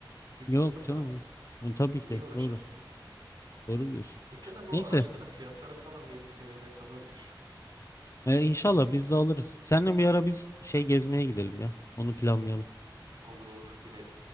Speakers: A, on the right; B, on the left.
A: Git
B: yok
A: sıfırını
B: canım.
A: al.
B: Hı, Tabii
A: Niye
B: ki
A: uğraşasın
B: doğru.
A: yani?
B: Doğru diyorsun.
A: Yakında bu
B: Neyse
A: araçların fiyatları falan belli seviyede kalabilir.
B: e, inşallah biz de alırız. Seninle bir ara biz şey gezmeye gidelim ya. Onu planlayalım.
A: Olur olur gidelim.